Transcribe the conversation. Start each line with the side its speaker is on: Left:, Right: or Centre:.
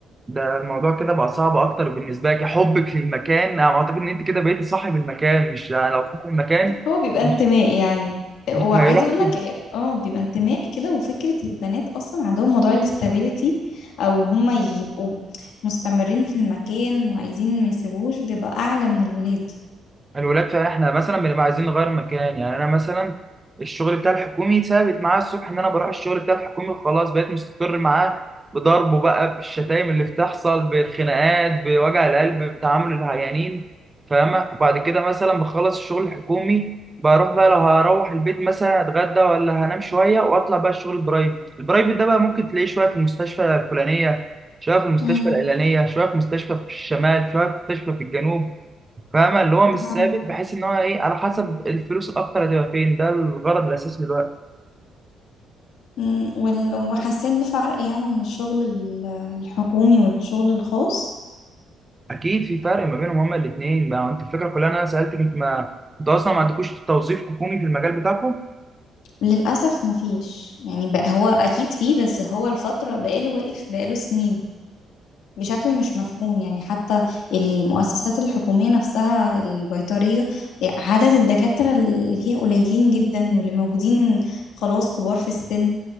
Right: ده الموضوع كده بقى صعب اكتر بالنسبة لك حبك للمكان انا اعتقد ان انت كده بقيتي صاحب المكان مش يعني لو صاحب المكان
Left: هو بيبقى
Right: مش
Left: انتماء يعني
Right: مش
Left: وعايزه
Right: هيروح
Left: اقول
Right: كده
Left: لك اه بيبقى انتماء كده وفكره البنات اصلا عندهم موضوع الاستابيليتي او ان هم يبقوا مستمرين في المكان وعايزين ما يسيبوهوش بيبقى اعلى من الولاد
Right: الولاد فعلا احنا مثلا بنبقى عايزين نغير مكان يعني انا مثلا الشغل بتاع الحكومي ثابت معاه الصبح ان انا بروح الشغل بتاع الحكومي وخلاص بقيت مستقر معاه بضربه بقى بالشتايم اللي بتحصل بالخناقات بوجع القلب بتعامل العيانين فاهمة وبعد كده مثلا بخلص الشغل الحكومي بروح بقى لو هروح البيت مثلا اتغدى ولا هنام شوية واطلع بقى الشغل البرايفت البرايفت ده بقى ممكن تلاقيه شوية في المستشفى الفلانية شوية في المستشفى
Left: امم
Right: العلانية شوية في مستشفى في الشمال شوية في مستشفى في الجنوب فاهمة اللي هو مش ثابت
Left: آه.
Right: بحيث ان هو ايه على حسب الفلوس الاكتر هتبقى فين ده الغرض الاساسي دلوقتي
Left: أمم. وال- وحسيت بفرق يعني من الشغل ال- الحكومي والشغل الخاص
Right: اكيد في فرق ما بينهم هما الاثنين بقى انت الفكره كلها إن انا سالتك انت ما انتوا اصلا ما عندكوش توظيف حكومي في المجال بتاعكم
Left: للأسف مفيش يعني بقى هو أكيد فيه بس هو الفترة بقاله واقف بقاله سنين بشكل مش مفهوم يعني حتى المؤسسات الحكومية نفسها البيطرية عدد الدكاترة اللي فيها قليلين جدا واللي موجودين خلاص كبار في السن